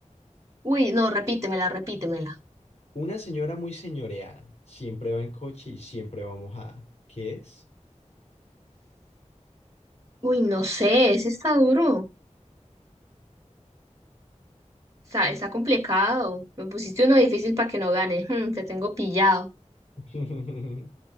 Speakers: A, on the right (about 25°); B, on the left (about 55°).
A: Uy, no, repítemela, repítemela.
B: Una señora muy señoreada, siempre va en coche y siempre va mojada. ¿Qué es?
A: Uy, no sé, ese está duro. Está, está complicado. Me pusiste uno difícil para que no gane. Mm, te tengo pillado.
B: <laughs>